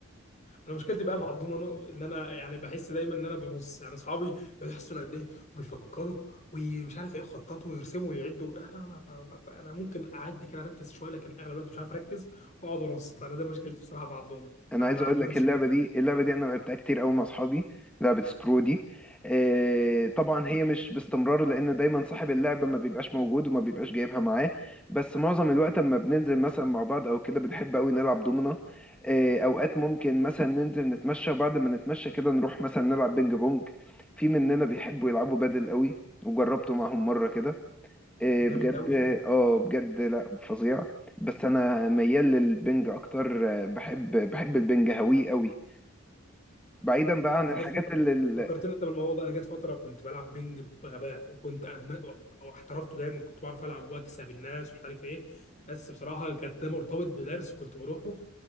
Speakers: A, on the left; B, in the centre.
A: انا مشكلتي بقى مع الضمنه ان انا يعني بحس دايما ان انا برص يعني اصحابي يقعدوا يحسوا قد ايه ويفكروا ومش عارف ايه يخططوا ويرسموا ويعدوا انا انا انا ممكن اعدي كده اركز شويه لكن اغلب الوقت مش عارف اركز واقعد ارص فانا ده مشكلتي بصراحه مع الضمنه
B: انا
A: انا
B: عايز
A: ما
B: اقول
A: ادمنش
B: لك اللعبه
A: ده.
B: دي اللعبه دي انا لعبتها كتير قوي مع اصحابي لعبه سكرو دي آه، طبعا هي مش باستمرار لان دايما صاحب اللعبه ما بيبقاش موجود وما بيبقاش جايبها معاه بس معظم الوقت اما بننزل مثلا مع بعض او كده بنحب قوي نلعب دومنا آه، اوقات ممكن مثلا ننزل نتمشى وبعد ما نتمشى كده نروح مثلا نلعب بينج بونج في مننا بيحبوا يلعبوا بادل قوي وجربته معاهم مره كده إيه
A: جامد
B: بجد
A: قوي
B: اه بجد لا فظيع بس انا ميال للبنج اكتر آه، بحب بحب البنج هويه قوي بعيدا بقى عن
A: انا
B: الحاجات
A: جت فتره
B: اللي ال-
A: فكرتني انت بالموضوع ده انا جت فتره كنت بلعب بينج بغباء وكنت أدم... او احترفته جامد كنت بعرف العب واكسب الناس ومش عارف ايه بس بصراحه كانت ده مرتبط بدرس كنت بروحه